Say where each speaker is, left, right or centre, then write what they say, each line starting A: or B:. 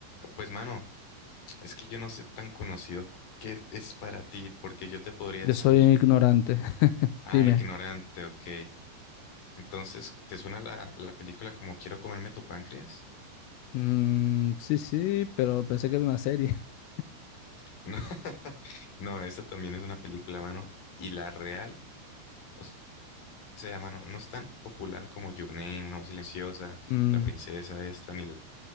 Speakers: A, on the left (about 50°); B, on the left (about 90°).
A: Pues, mano. Es que yo no sé tan conocido qué es para ti, porque yo te podría
B: Yo
A: decir,
B: soy un ignorante. <laughs>
A: ah,
B: Dime.
A: ignorante, ok. Entonces, ¿te suena la, la película como Quiero comerme tu páncreas?
B: Mm, sí, sí, pero pensé que era una serie. <laughs>
A: <laughs> No, no, esa también es una película, mano. Y la real, o sea, mano, no es tan popular como Your Name, Una voz silenciosa,
B: Mm,
A: La princesa esta, ni